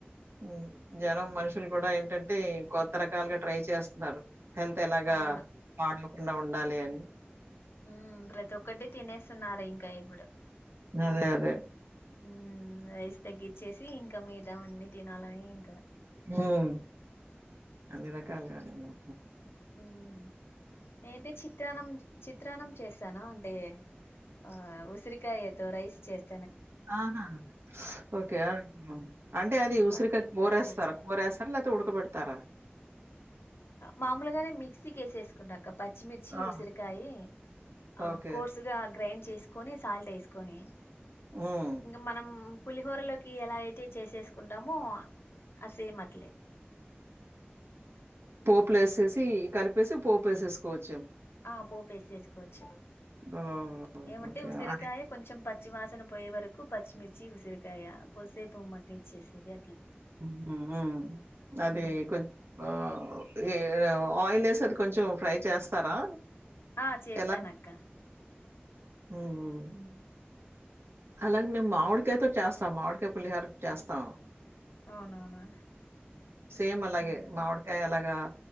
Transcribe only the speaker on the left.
అవును
హ్మ్మ్ ప్రతి ఒక్కటి తినేస్తున్నారు ఇంకా ఇప్పుడు
హ్మ్మ్ రైస్ తగ్గచ్చేసి ఇంకా మిగతావన్నీ తినాలని ఇంకా
హ్మ్మ్ నేనైతే చిత్రాన్నం చిత్రాన్నం చేసాను అంటే ఆ ఉసిరికాయది రైస్ చేస్
పప్పు ఎప్పుడు
ట్రై చేయలే
మామూలుగానే మిక్సీకి వేసేసుకుంటాక్క పచ్చిమిర్చి
ఉసిరికాయి ఆ
కోర్సుగా గ్రైండ్ చేసుకు తీసుకొని సాల్ట్ వేసుకొని
ఇంకా మనం పులిహోరలోకి ఎలా అయితే చేసేసుకుంటాము ఆ సేమ్ అట్లే
ఆ పోపేసిసుకోవచ్చు
ఏమంటే
ఉసిరికాయ
కొంచెం పచ్చి వాసన పోయే వరకు పచ్చిమిర్చి ఉసిరికాయ కొద్సేపు మగ్గి ఇచ్చేసేది
ఉమ్.
ఆ చేస్తానక్క
ఉమ్.
బాగుంటది
అవునవును
ఉమ్.